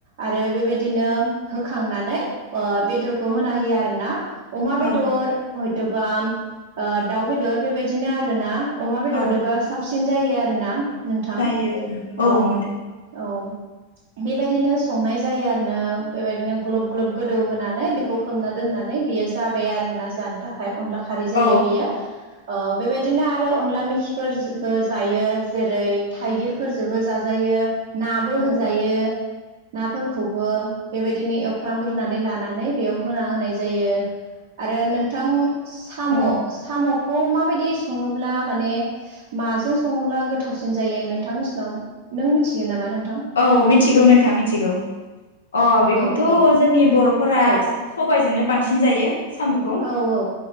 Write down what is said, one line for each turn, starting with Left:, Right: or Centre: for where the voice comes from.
Right: आरो बेबायदिनो होखांनानै ओ बे बेदरखौ होना होयो आरो ना। अमा
Left: औ
Right: बेदर हयथ'बा ओ दाउ बेदर बेबायदिनो आरोना। अमा बेदरदोबा
Left: औ
Right: साबसिन जायो आरोना नोंथां
Left: जायो
Right: अ
Left: औ नोंथां
Right: औ। <inaudible> बेबायदिनो संनाय जायो आरो ना बेबायदिनो ग्लब ग्लब गोदौ होनानै बेखौ खोबना दोननानै बे यो जाबाय आरोना जानो थाखाय अनला खारै जायो
Left: औ
Right: बियो। ओ बेबायदिनो आरो अनला मेखिफोर बो जायो जेरै थाइगिर फोरजोबो जाजायो। नाबो
Left: औ
Right: होजायो।
Left: औ
Right: नाफोरखौबो बेबायदिनो एवफ्रामग्रोनानै लानानै बेयाव होना होनाय जायो। आरो नोंथां साम'
Left: औ
Right: साम'खौ माबायदि सङोब्ला माने माजों सङोब्ला गोथावसिन जायो नोंथांनिसिनाव नों मिथिगोन नामा नों
Left: औ मिथिगौ नोंथां मिथिगौ अ बेखौथ'
Right: औ औ
Left: जोंनि बर'फोरा
Right: औ
Left: स सबायजोंनो बांसिन जायो। साम'खौ
Right: औ औ।